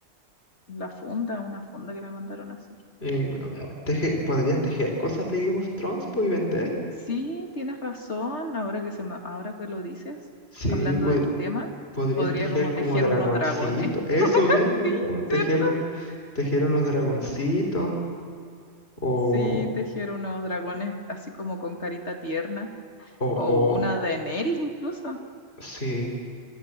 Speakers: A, on the left; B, on the left.
A: la funda, una funda que me mandaron a hacer.
B: Y, bueno, teje- ¿podrías tejer cosas de Game of Thrones po, y vender?
A: Sí, tienes razón, ahora que se me- ahora que lo dices,
B: Sí,
A: hablando
B: pod-
A: del tema,
B: podrías
A: podría
B: tejer
A: como
B: como
A: tejer
B: dragoncito,
A: unos dragones.
B: eso
A: <laughs>
B: mismo,
A: Sí,
B: un, tejer,
A: ¿cierto?
B: un- tejer unos dragoncitos, o,
A: Sí, tejer unos dragones así como con carita tierna
B: o,
A: o
B: o,
A: una Daenerys incluso.
B: sí,